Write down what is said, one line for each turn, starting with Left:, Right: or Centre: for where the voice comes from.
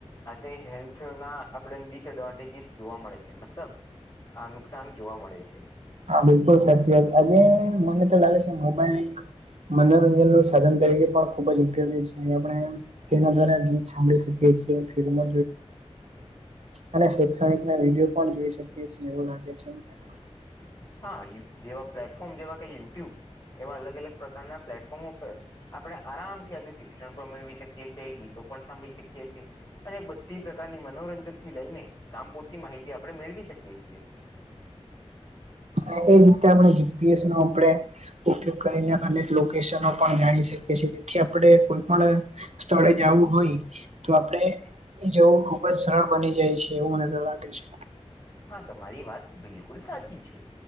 Left: આે હેલ્થ ના આપણે ડિસએડવાન્ટેજીસ જોવા મળે છે મતલબ આ નુકસાન જોવા મળે છે.
Right: હા બિલકુલ સાચી વાત આજે મને તો લાગે છે મોબાઈલ એક મનોરંજન નું સાધન તરીકે પણ ખુબ જ ઉપયોગી છે આપણે તેના દ્વારા ગીત સાંભળી શકીએ. એક્સ રે મો અને શૈક્ષણિક ના વિડીયો પણ જોઈ શકીએ છીએ એવું લાગે. પ <inaudible>
Left: હા જેવા પ્લેટફોર્મ જેવા કઈ યુટ્યુબ એવા અલગ- અલગ પ્રકારના પ્લેટફોર્મ ઉપર આપણે આરામથી આજે શિક્ષણ પણ મેળવી શકીએ છીએ ગીતો સાંભળી શકીએ છીએ ‌ અને બધી પ્રકારની મનોરંજન થી લઈને કામ પૂરતી માહિતી આપણે મેળવી. શકીએ છીએ.
Right: અને એ રીતે આપણે જીપીએસ નું આપડે ઉપયોગ કરીને અને લોકેશનો પણ જાણી શકી જેથી આપણે કોઈ પણ સ્થળે. આવું હોય તો આપણે એ જવું ખુબ જ સરળ બની જાય છે એવું મને તો લાગે છે.
Left: હા તમારી વાત બિલકુલ સાચી છે.